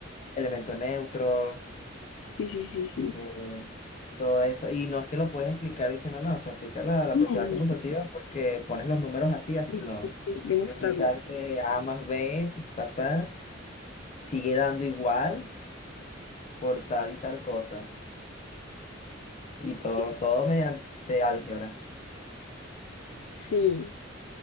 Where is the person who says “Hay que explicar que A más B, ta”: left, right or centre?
Left